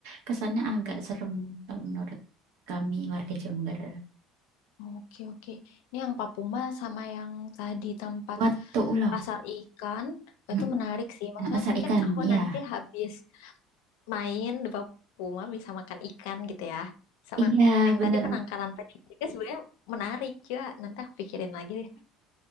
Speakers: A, on the right; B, on the left.
A: kesannya agak serem kalau menurut kami warga Jember.
B: Oke, oke. Ini yang Papuma sama yang tadi tempat
A: Watu Ulo.
B: pasar ikan
A: Mm-mm.
B: itu menarik sih. Maksudnya
A: Pasar
B: mungkin
A: ikan,
B: aku
A: ya.
B: nanti habis main di Papuma bisa makan ikan gitu ya. Sama
A: Iya,
B: yang
A: bener.
B: tadi penangkaran tadi juga sebenarnya menarik juga. Nanti aku pikirin lagi deh.